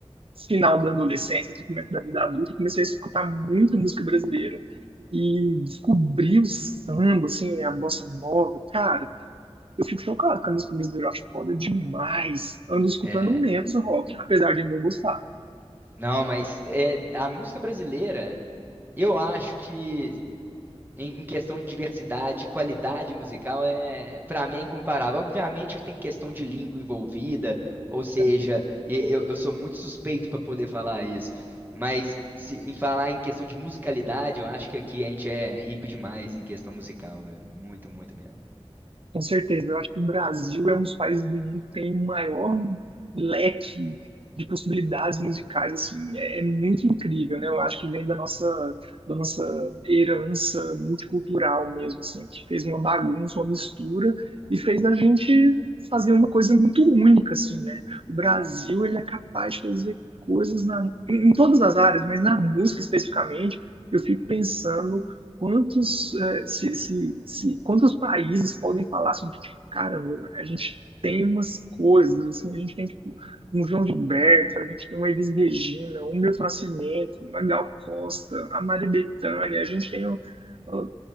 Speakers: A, on the right (about 55°); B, on the right (about 20°).
A: final da adolescência, até começo da vida adulta, eu comecei a escutar muita música brasileira e descobri o samba, assim, a bossa nova. Cara, Eu fico chocado com a música brasileira, eu acho foda demais. Ando escutando
B: É,
A: menos rock, apesar de não gostar.
B: não, mas é, a música brasileira, eu acho que Em, em questão de diversidade, qualidade musical, é, para mim é incomparável. Obviamente que tem questão de língua envolvida, ou seja,
A: É.
B: e- eu, eu sou muito suspeito para poder falar isso. Mas se, em falar em questão de musicalidade, eu acho que aqui a gente é rico demais em questão musical, velho. Muito, muito mesmo.
A: Com certeza, eu acho que o Brasil é um dos países do mundo que tem o maior leque de possibilidades musicais, assim, é, é muito incrível, né? Eu acho que vem da nossa, da nossa herança multicultural mesmo, assim, que fez uma bagunça, uma mistura e fez a gente fazer uma coisa muito única, assim, né? O Brasil, ele é capaz de fazer coisas na, em em todas as áreas, mas na música especificamente, eu fico pensando quantos, eh, se, se, se, quantos países podem falar assim, que, tipo, caramba, a gente tem umas coisas, assim, a gente tem tipo, um João Gilberto, a gente tem uma Elis Regina, um Milton Nascimento, uma Gal Costa, a Maria Bethânia, a gente tem. um- um-